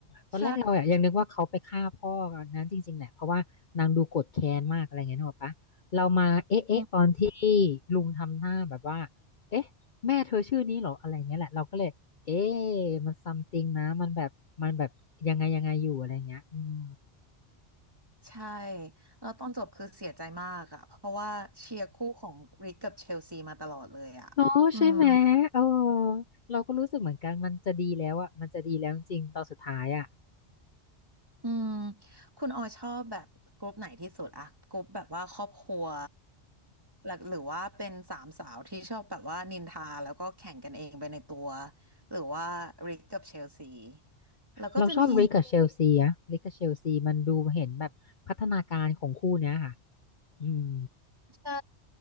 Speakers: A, on the left (about 45°); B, on the right (about 20°).
A: ตอนแรกเราอะยังนึกว่าเขาไปฆ่าพ่อนั้นจริงๆแหละเพราะว่านางดูโกรธแค้นมากอะไรเงี้ยนึกออกปะเรามาเอ๊ะเอ๊ะตอนที่
B: ใช่อืม
A: ลุงทำหน้าแบบว่าเอ๊ะแม่เธอชื่อนี้เหรออะไรเงี้ยแหละเราก็เลยเอ๊ะมันซัมติงนะมันแบบมันแบบยังไงยังไงอยู่อะไรเงี้ยอืม
B: ใช่แล้วตอนจบคือเสียใจมากอะเพราะว่าเชียร์คู่ของริกกับเชลซีมาตลอดเลยอะอืม
A: เนาะใช่ไหมเออเราก็รู้สึกเหมือนกันมันจะดีแล้วอะมันจะดีแล้วจริงๆตอนสุดท้ายอะ
B: อืมคุณออยชอบแบบกรุ๊ปไหนที่สุดอะกรุ๊ปแบบว่าครอบครัวหลักหรือว่าเป็นสามสาวที่ชอบแบบว่านินทาแล้วก็แข่งกันเองไปในตัว หรือว่าริกกับเชลซี แล้วก็จะมี
A: เราชอบริกกับเชลซีอะริกกับเชลซีมันดูเห็นแบบพัฒนาการของคู่เนี้ยค่ะอืม
B: ใช่